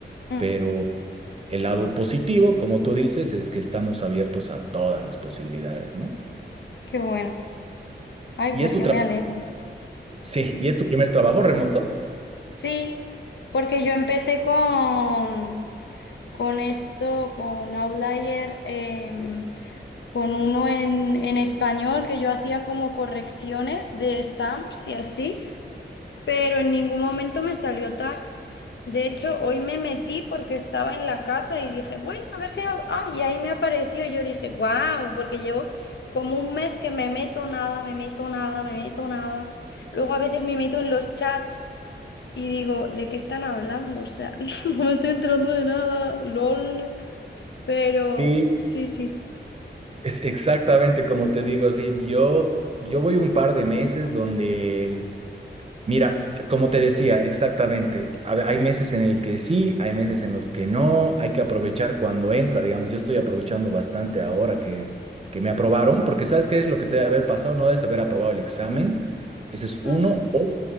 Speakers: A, on the left; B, on the right.
A: ujú.
B: pero el lado positivo, como tú dices, es que estamos abiertos a todas las posibilidades, ¿no?
A: Qué bueno. Ay,
B: ¿Y
A: pues
B: es tu
A: yo
B: trabajo?
A: me alegro.
B: Sí, ¿y es tu primer trabajo remoto?
A: Sí, porque yo empecé con, con esto, con Outlier, em, con uno en, en español que yo hacía como correcciones de stamps y así, pero en ningún momento me salió task. De hecho, hoy me metí porque estaba en la casa y dije, bueno, a ver si... hago-". Ah, y ahí me apareció y yo dije, wow, porque llevo como un mes que me meto nada, me meto nada, me meto nada. Luego a veces me meto en los chats y digo, ¿de qué están hablando? O sea, <laughs> no me estoy enterando de nada, lol. Pero
B: Sí,
A: sí, sí.
B: Es exactamente como te digo, así, yo, yo voy un par de meses donde el- Mira, como te decía, exactamente, a ve- hay meses en el que sí, hay meses en los que no, hay que aprovechar cuando entra, digamos, yo estoy aprovechando bastante ahora que, que me aprobaron, porque ¿sabes qué es lo que te debe haber pasado? No debes haber aprobado el examen, ese es
A: Ah,
B: uno, o